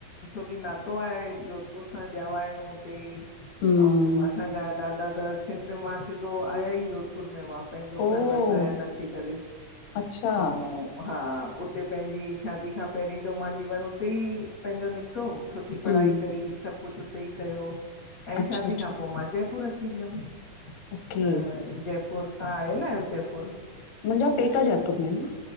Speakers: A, on the left (about 60°); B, on the left (about 85°).
A: छोकी नातो आहे। जोधपुर सां जॼिवा आहियूं हुते। ई
B: हम्म
A: ऐं, असांजा ॾाॾा त सिंध मां सिधो आया। ई जोधपुर में होवा। पंहिंजो
B: ओ
A: घर वसायनि अची करे।
B: अच्छा
A: ऊहु, हा, उते पंहिंजी शादी खां पहिररीं जो मां जीवन उते ई पंहिंजो निकितो। सुठी
B: हम्म
A: पढ़ाई कई, सभ कुछ उते ई कयो। ऐ
B: अच्छा
A: शादी
B: अच्छा
A: खां पोइ मां जयपुर अची वियम।
B: ओके
A: त जयपुर, तव्हां आयल आहियो जयपुर?
B: मुंहिंजा पेका जयपुर में आहिनि न।